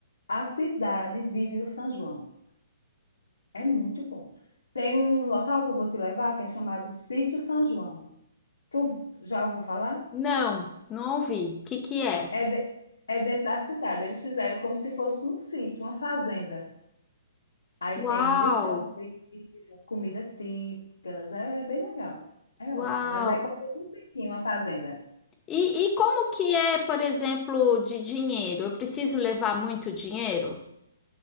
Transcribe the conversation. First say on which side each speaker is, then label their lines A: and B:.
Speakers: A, on the left (about 75°); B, on the left (about 20°).
A: A cidade vive o São João. É muito bom. Tem um local que eu vou te levar que é chamado Sítio São João. Tu já ouviu falar?
B: Não, não ouvi. O que que é?
A: É, de- é dentro da cidade. Eles fizeram como se fosse um sítio, uma fazenda. Aí tem
B: Uau,
A: música ao vivo, comida típicas. É bem legal. É
B: uau.
A: ótimo. Mas é como se fosse um sítio, uma fazenda.
B: E, e como que é, por exemplo, de dinheiro? Eu preciso levar muito dinheiro?